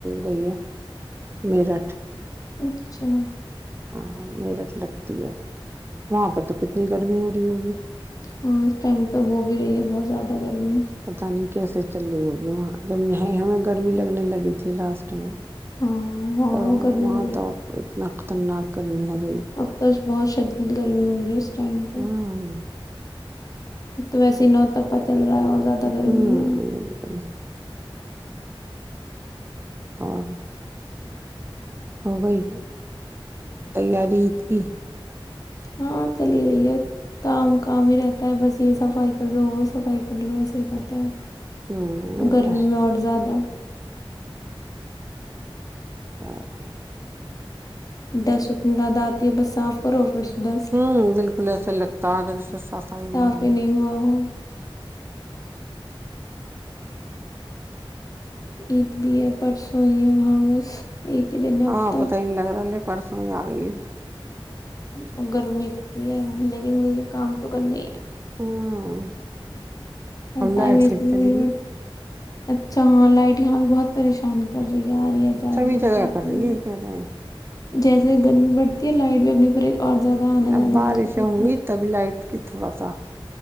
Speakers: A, on the right; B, on the left.
A: گئی ہے میرٹھ
B: اچھا
A: ہاں میرٹ لگتی ہے وہاں پرہ تو کتنی گرمی ہوتی ہوگی
B: ہاں اس ٹائم تو ہو بھی رہی ہے بہت زیادہ گرمی
A: پتا نہیں کیسے چل رہی ہوگی وہاں جب یہ ہمیں گرمی لگنے لگی تھی لاسٹ میں
B: ہاں ہاں
A: تو
B: گرمی
A: وہاں
B: ہو
A: تو اپ اتنا تنا کرمی ہوتی
B: اف تو بہت ش یہت گرمی ہو رہیس ٹائم پ
A: ہوں
B: تو ویسے نوتا پت چل رہا ہے اور زیادہ
A: اپا
B: گرمی ہے
A: گ پانی <unintelligible> اور ہو گئی تیارعیید کی
B: ہاں چلی ہی رہی ہے کام کام ہی رہتا ہے بس یہ صفائی کر لو وہ صفائی کر لو ایسا ہی رہتا ہے
A: ہوں یہ
B: گرمی
A: تو
B: میں اور زیادہ
A: بائے
B: دشت لد آتی ہے بس صاف کرو پھر ڈسٹ
A: ہوں بالکل ایسے لگتا ہے کہ جیسے صفائی نہیں
B: صاف
A: ہو
B: ہی ہوا ہو عید بھی ہے پرسوں ہی ہے ہاں بس ایک ہی دن ہے اب
A: ہاں
B: تو
A: پتہ نہیں لگرا الے پرسوں آگ عید
B: ہ گرمیتی ہے لیکن وہ یہ کام تو کرنا ہی ہے
A: ہاں
B: ہر
A: ہم
B: ٹائم
A: لائٹ
B: اے
A: پھر
B: سی میں
A: چلے
B: بھی نہیں بیٹھ
A: گی
B: اچھا ہاں لائٹ یہاں بھی بہت پریشان کر رہی ہے آ رہی ہے جا
A: چویں
B: رہی ہے
A: جگہ
B: بس ایسے
A: کر
B: ہی
A: رہی ہے کہنےے ہیں
B: جیسے گرمی پڑتی ہے لائٹ بھی اپنے اوپر اور زیادہ آنا
A: ہ اب
B: جانا
A: بارشیں
B: بند کر دیتی
A: ہوں گی
B: ہے
A: تبھی لائٹ کی تھوڑا سا